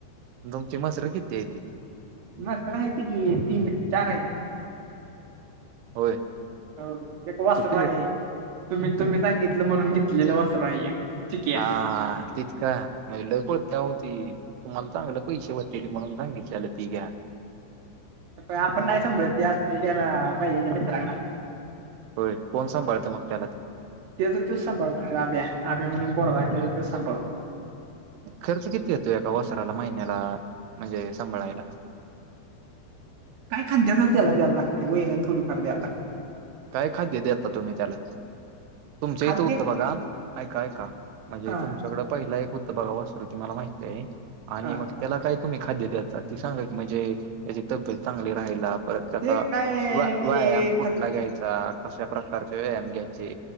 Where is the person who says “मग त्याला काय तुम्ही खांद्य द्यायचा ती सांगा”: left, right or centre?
Right